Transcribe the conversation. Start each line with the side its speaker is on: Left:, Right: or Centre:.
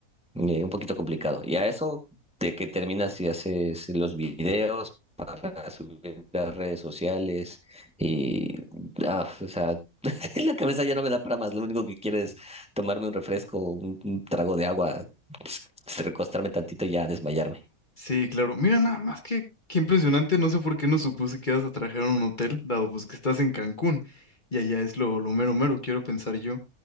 Centre: eh, un poquito complicado. Y a eso de que terminas y haces los videos para subir a las redes sociales y, ah, o sea, <laughs> La cabeza ya no me da para más. Lo único que quiero es tomarme un refresco, un, un trago de agua, <sniffs> recostarme tantito y ya desmayarme.
Left: Sí, claro. Mira, nada más que qué impresionante. No sé por qué no supuse que ibas a trabajar en un hotel, dado pues que estás en Cancún y allá es lo, lo mero mero, quiero pensar yo.